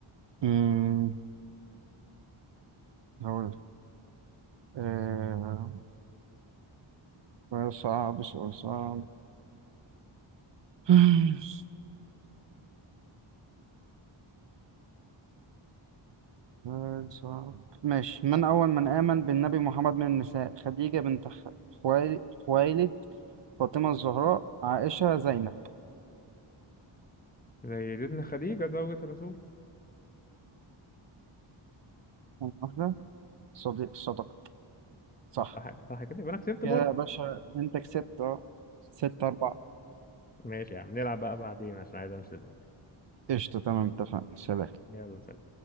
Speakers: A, on the right (about 60°); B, on the left (about 20°).
A: أمم، هقول آه سؤال صعب سؤال صعب خلصت خلصت ماشي من أول من آمن بالنبي محمد من النساء خديجة بنت خ- خويل- خويلد فاطمة الزهراء عائشة زينب
B: زي سيدتنا خديجة زوجة الرسول
A: واحدة صديق صدق صح
B: صح صح كده يبقى انا كسبت
A: كده
B: برضه
A: يا باشا أنت كسبت أه ستة أربعة
B: ماشي يا عم نلعب بقى بعدين عشان عايز امشي دلوقتي
A: قشطة تمام اتفقنا سلام
B: يلا سلام